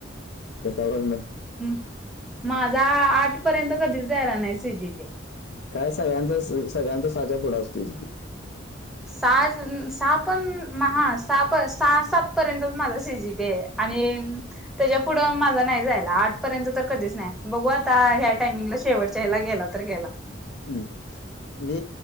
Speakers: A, on the left (about 60°); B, in the centre.
A: पैसावर ना...
B: ह् माझा आठ पर्यंत कधीच द्यायला नाही सी जी पी...
A: काय सगळ्यांच सगळ्यांचा साचा फुडा असतो की....
B: सहा सहा पण म सहा पण सहा सात पर्यंत माझा सी जी पी आहे..... आणि... त्याच्या पुढं माझा नाही जायला आठ पर्यंत तर कधीच नाही बघू आता ह्या टायमिंगला शेवटच्या ह्याला गेला... तर गेला....
A: हम्म मी